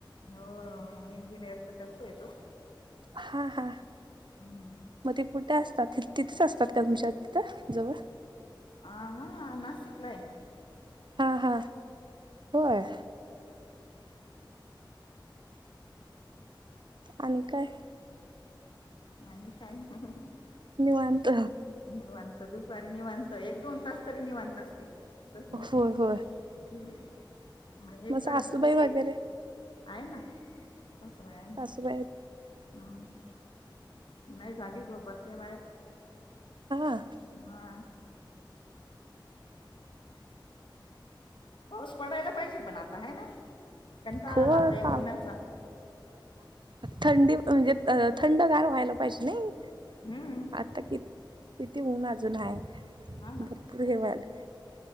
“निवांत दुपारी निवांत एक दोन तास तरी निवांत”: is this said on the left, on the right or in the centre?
Left